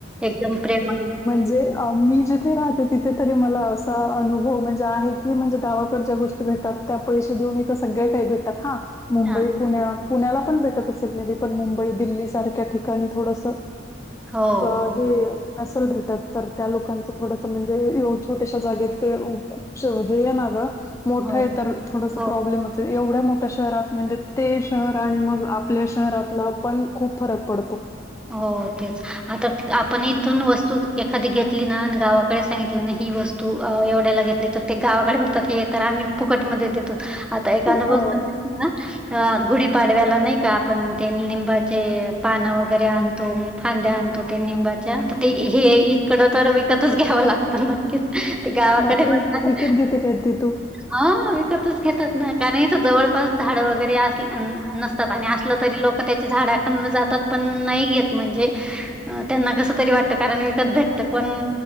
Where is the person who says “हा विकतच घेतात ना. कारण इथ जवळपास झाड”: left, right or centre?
Centre